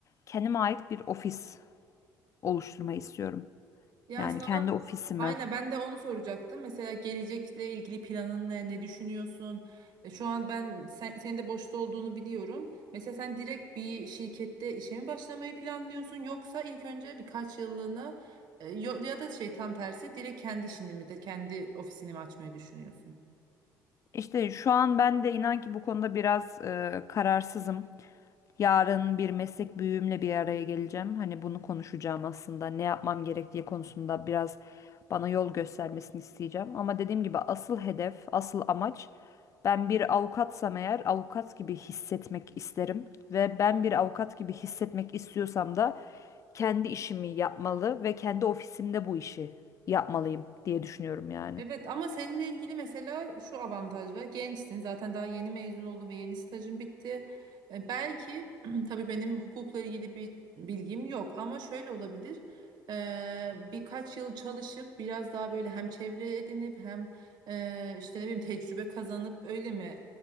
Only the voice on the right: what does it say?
Ya
sana
aynen ben de onu soracaktım. Mesela gelecekle ilgili planın ne, ne düşünüyorsun? E, Şu an ben sen, senin de boşta olduğunu biliyorum. Mesela sen direkt bir şirkette işe mi başlamayı planlıyorsun yoksa ilk önce birkaç yıllığına e, yo- ya da şey tam tersi direkt kendi işini mi de kendi ofisini mi açmayı düşünüyorsun?
Evet ama seninle ilgili mesela şu avantaj var. Gençsin zaten daha yeni mezun oldun ve yeni stajın bitti. E, belki <clears throat> tabii benim hukukla ilgili bir bilgim yok ama şöyle olabilir. E, birkaç yıl çalışıp biraz daha böyle hem çevre edinip hem e, işte ne bileyim tecrübe kazanıp öyle mi